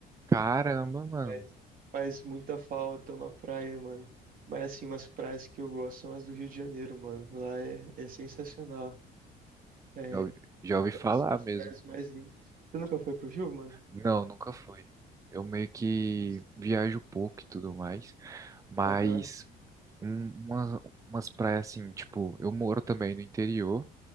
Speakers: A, on the right; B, on the right.
A: caramba, mano.
B: Mas faz muita falta uma praia, mano. Mas assim, umas praias que eu gosto são as do Rio de Janeiro, mano. Lá é, é sensacional. É,
A: Já ouvi, já ouvi falar
B: São as
A: mesmo.
B: praias mais lindas. Você nunca foi pro Rio, mano?
A: Não, nunca fui. Eu meio que
B: Nossa.
A: viajo pouco e tudo mais, mas
B: Aham.
A: um- umas, umas praias assim, tipo, eu moro também no interior